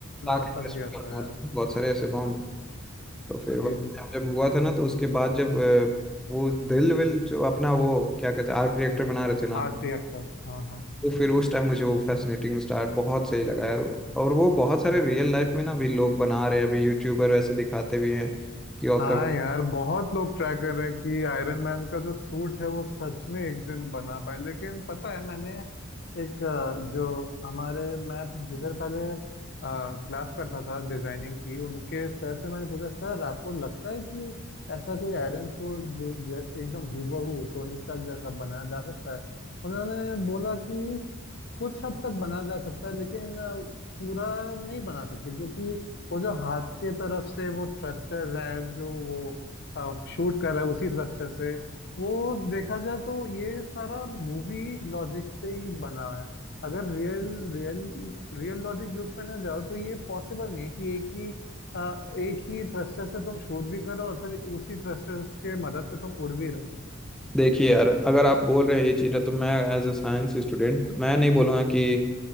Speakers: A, in the centre; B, on the left.
A: ताकि
B: अ,
A: interest
B: फंस गया था
A: में बहुत
B: यार
A: बहुत सारे ऐसे बॉम्ब तो फिर
B: जी
A: वह-
B: जी
A: जब हुआ था ना तो उसके बाद जब अ, वो दिल विल जो अपना वो क्या कहते हैं आर्क रिएक्टर बना रहे थे ना
B: Arc reactor हाँ हाँ
A: तो फिर उस टाइम मुझे वो फैसिनेटिंग स्टार बहुत सही लगा यार और वो बहुत सारे रियल लाइफ में ना अभी लोग बना रहे हैं अभी यूट्यूबर वैसे दिखाते भी हैं कि और
B: हाँ
A: कभी
B: यार बहुत लोग ट्राई कर रहे हैं कि आयरन मैन का जो सूट है वो सच में एक दिन बना पाए लेकिन पता है मैंने एक अ, जो हमारे मैं जिधर पहले क्लास करता था डिजाइनिंग की उनके सर से मैंने पूछा सर आपको लगता है कि ऐसा कोई आयरन सूट ज- ज- एकदम हूबहू टोनी स्टार्क जैसा बनाया जा सकता है उन्होंने बोला कि कुछ हद तक बना जा सकता है लेकिन अ, पूरा नहीं बना सकते क्योंकि वो जो हाथ के तरफ से वो थ्रस्टर्स हैं जो वो शूट कर रहा है उसी थ्रस्टर से वो देखा जाए तो ये सारा मूवी लॉजिक से ही बना है अगर real real real logic use करना चाहो तो ये पॉसिबल नहीं है कि एक ही अ, एक ही थ्रस्टर से तुम शूट भी करो और फिर उसी थ्रस्टर के मदद से तुम उड़ भी रहे हो
A: देखिए यार अगर आप बोल रहे हैं ये चीज़ें तो मैं एज अ साइंस स्टूडेंट मैं नहीं बोलूँगा कि
B: जी।